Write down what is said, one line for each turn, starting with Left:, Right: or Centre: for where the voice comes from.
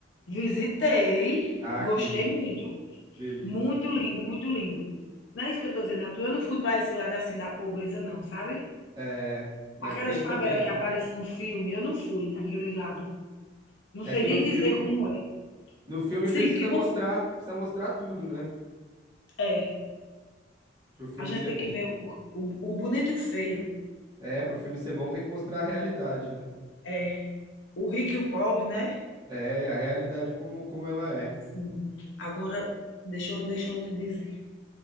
Left: Visitei,
Right: Ah,
Left: gostei
Right: que lindo,
Left: muito,
Right: delícia.
Left: muito lindo, muito lindo. Não é isso que eu estou dizendo, Arthur. Eu não fui para esse lado assim da pobreza, não, sabe?
Right: É, mas
Left: A cada
Right: tem
Left: favela
Right: também.
Left: que aparece no filme, eu não fui naquele lado. Não
Right: É
Left: sei
Right: que
Left: nem
Right: no filme
Left: dizer como é.
Right: No filme
Left: Sim,
Right: precisa
Left: que não
Right: mostrar, precisa mostrar tudo, né?
Left: é.
Right: Pro filme
Left: A gente
Right: ser
Left: tem
Right: bom.
Left: que ver o, o, o bonito e o feio.
Right: É, pro filme ser bom tem que mostrar a realidade, né?
Left: É. O rico e o pobre, né?
Right: É, a realidade como, como ela é.
Left: Sim. Agora, deixa, eu- deixa eu te dizer.